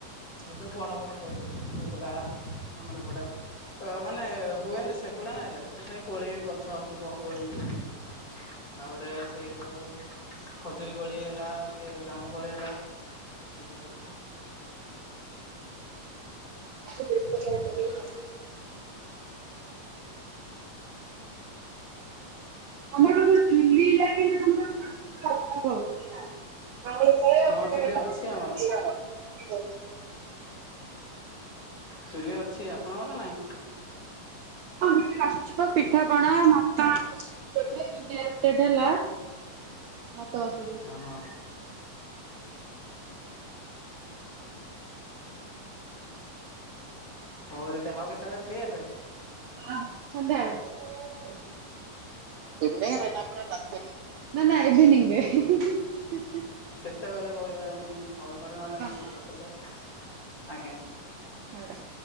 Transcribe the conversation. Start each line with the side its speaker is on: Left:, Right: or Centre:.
Left: ଏଇତ ବଡ଼ ବଡ଼ କୋଳି ଏଗଡ଼ା ଆମର ଏପଟେ। ତ ମାନେ ହୁଏନ୍ତି ସେଗୁଡ଼ା ନାଇଁ ଯେ ସେ କୋଳିରେ ଗଛ ଥିବ କୋଳି <unintelligible> ତାପରେ ସେଇ ଯେଉଁ ଖଜୁରୀ କୋଳି ହେଲା କି ଜାମୁକୋଳି ହେଲା ଏମିତି ସବୁ <inaudible>
Right: ତାକୁ ଦେଶୀ କହିପାରିବୁ ଆଉ। ତମର ତ ଏପଟେ ଚୁଲି ଲାଗିନି ତମେ <unintelligible>
Left: ହଁ ଚୁଲି
Right: କାଠ
Left: ଅଛି ଆମର। ଚୁଲି ଅଛି, ଆପଣଙ୍କର ନାଇଁ?
Right: ଚୁଲି ଅଛି ତ, ପିଠା ପଣା, ମଟନ୍ ହେଇଛି ଏବେ ଯଉ ଗ୍ୟାସ ରେଟ୍ ହେଲା। ଭାତ ବସେଇଦେଇଛି।
Left: ଓହୋ ହଉ ଦିଦି ଆଉ କେତେବେଳେ ଫ୍ରି ହେବେ?
Right: ହଁ ସନ୍ଧ୍ୟାବେଳେ, ଇଭିନିଙ୍ଗରେ ନା ପୁରା ରାତିରେ? ନା ନା ଇଭିନିଙ୍ଗରେ।
Left: କେତେବେଳେ କହିବେ ମୁଁ କଲ୍ କରିବି ନହେଲେ ମେସେଜ୍
Right: ହଁ।
Left: କରିଦେବେ ଆଉ, ଆଜ୍ଞା।
Right: ଛାଡ଼।